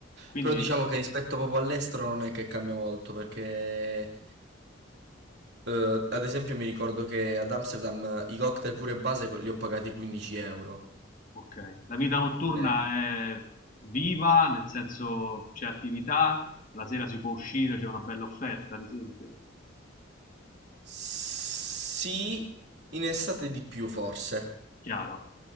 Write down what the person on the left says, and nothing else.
Quindi,
ok, la vita notturna
è viva, nel senso c'è attività, la sera si può uscire, c'è una bella offerta, ad esempio.
Chiaro,